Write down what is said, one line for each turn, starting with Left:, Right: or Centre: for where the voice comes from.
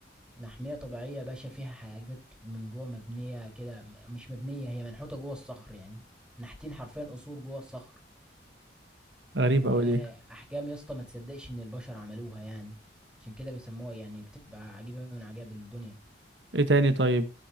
Centre: محمية طبيعية يا باشا فيها حاجات من جوه مبنية كده م- مش مبنية هي منحوتة جوه الصخر يعني نحتين حرفيا قصور جوه الصخر
Right: غريب
Centre: وأحجام
Right: أوي دي
Centre: يا اسطى ما تصدقش إن البشر عملوها يعني عشان كده بيسموها يعني بتبقى عجيبة من عجائب الدنيا
Right: ايه تاني طيب